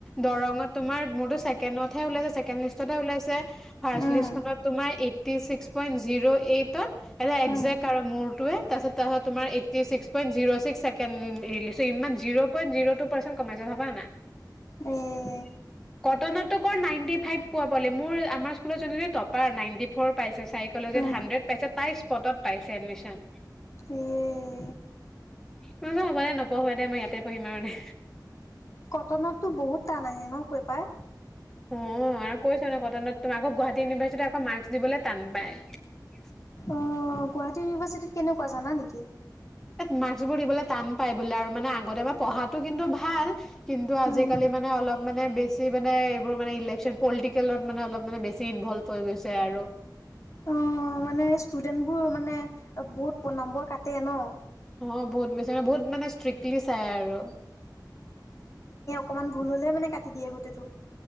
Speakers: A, in the centre; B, on the left (about 45°).
A: দৰঙত তোমাৰ মোৰতো চ ছেকেণ্ডনত হে ওলাইছে ছেকেণ্ড লিষ্টতহে ওলাইছে। ফাৰ্ষ্ট
B: উম,
A: লিষ্ট খনত তোমাৰ এইথী ছিক্স পইণ্ট জিৰো এইটত একজেক
B: উম,
A: আৰু মোৰ টুৱেলভ তাৰছত ত তোাৰ এইটি ছিক্সইট জিৰ' ছিক্ ছেকেডৰিল ইমান zero point zero two percent কমাইছে ভাবা না
B: উম।
A: <unintelligible> কটনতো নাইনটি ফাইভ প পালে মোৰ আমাৰ স্কুলত টপাৰ নাইনটি ফ' পাইছে সাইকো লজি
B: উম,
A: হুন্দ্ৰেদ পাইছে তাই স্পটত পাইছে এডমিচন।
B: উম।
A: ম হ'বা দে নপঢ়া দে মই ইয়াতে পঢ়িম আৰু দে।
B: কটনতটো বহুত টান আহে ন পেপাৰ?
A: অ আৰু কৈছে ন কটনত তুমি আকৌ গুৱাহাটী ইউনিভাৰ্চিটিত আকৌ মাৰ্কচ দিবলৈ টান পায়।
B: অ গুৱাহাটী ইউনিভাৰ্চিটিত কেনেকুৱা জানা নেকি?
A: মাৰ্ক বোৰ দিবলৈ টান পাই বোলে আৰু মানে আগতে তোমাৰ পঢ়াটো কিন্তু ভাল কিন্তু আজিকালি
B: উম,
A: মানে অলপ মানে বেছি মানে এইবোৰ মানে ইলেক্যন পলিটিকেলত মানে অলপ মানে বেছি ইনভলভ হৈ গৈছে আৰু।
B: অ' মানে ষ্টুডেন্টবোৰ মানে বহুত নম্বৰ কাটে ন?
A: অ', বহুত বেছি মানে, বহুত মানে ষ্ট্ৰিক্টলি চাই আৰু।
B: অকণমান ভুল হ'লেই মানে কাটি দিয়ে গোটেইটো।